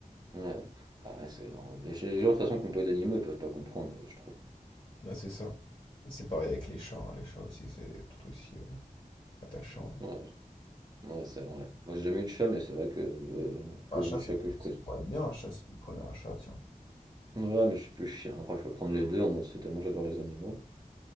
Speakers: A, on the right; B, on the left.
A: Ouais. Ah ouais, c'est... Les gens, de toute façon, qui n'ont pas eu d'animaux, ils peuvent pas comprendre, euh, je trouve.
B: Ouais, c'est ça. Et c'est pareil avec les chats, hein. Les chats aussi, c'est tout aussi euh, attachant.
A: Ouais, Ouais, c'est vrai. Moi, j'ai jamais eu de chat, mais c'est vrai que, euh,
B: Bah,
A: que
B: Un
A: le
B: chat, ça
A: chat
B: peut,
A: que je connais.
B: ça pourrait être bien, un chat, si tu prenais un chat, tiens.
A: Ouais, mais je suis plus chien. Après, je peux prendre les deux en mode c'est tellement j'adore les animaux.